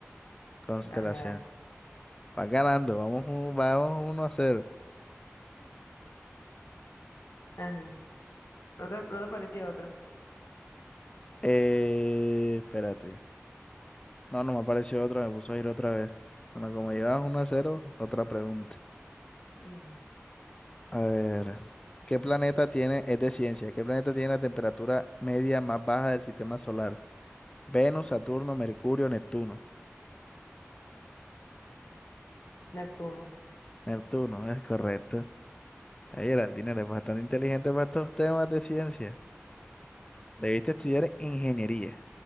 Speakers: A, on the left; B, on the left.
A: Constelación.
B: Dale, dale.
A: Va ganando, vamos, un- vamos uno a cero.
B: Ajá. ¿No te, no te pareció otra?
A: Eh, espérate. No, no me apareció otra, me puso a ir otra vez. Bueno, como llevas uno a cero, otra pregunta.
B: Ujú.
A: A ver, ¿qué planeta tiene, es de ciencia, ¿qué planeta tiene la temperatura media más baja del sistema solar? Venus, Saturno, Mercurio, Neptuno.
B: Neptuno.
A: Neptuno, es correcto. Ay, Geraldina, eres bastante inteligente para estos temas de ciencia. Debiste estudiar ingeniería.